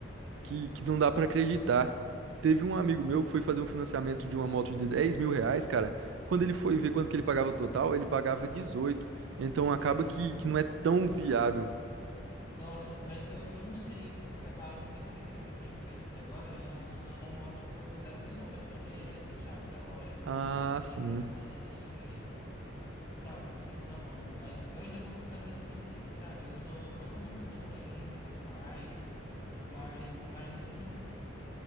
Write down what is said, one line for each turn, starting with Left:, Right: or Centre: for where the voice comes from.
Right: que, que não dá pra acreditar. Teve um amigo meu que foi fazer um financiamento de uma moto de dez mil reais, cara. Quando ele foi ver quanto que ele pagava o total, ele pagava 18. Então acaba
Left: Caramba!
Right: que, que não é tão viável.
Left: Nossa, mas eu, eu não sei, porque as pesquisas que eu tenho feito até agora é relacionada a moto zero quilômetros mesmo, sabe? Da loja, ainda
Right: Ah,
Left: não pesquisei
Right: sim.
Left: relacionada assim de, sabe, de segunda mão. Mas eu ainda vou fazer essa pesquisa, sabe? Eu só tô começando ainda e tudo mais. Mas, mas assim.